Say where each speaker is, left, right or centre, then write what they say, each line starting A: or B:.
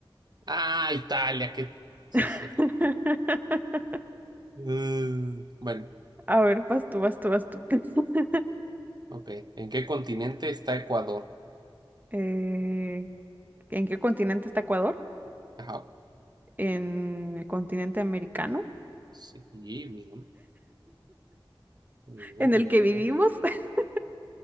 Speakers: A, on the right; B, on the right.
A: Ah, Italia, que. Sí,
B: <laughs>
A: es cierto. Mm, bueno,
B: A ver, vas tú, vas tú, vas tú. <laughs>
A: ok. ¿En qué continente está Ecuador?
B: Eh, ¿en qué continente está Ecuador?
A: Ajá.
B: ¿En el continente americano?
A: Sí, bien, bien,
B: ¿En el
A: bien,
B: que vivimos?
A: bien.
B: <laughs>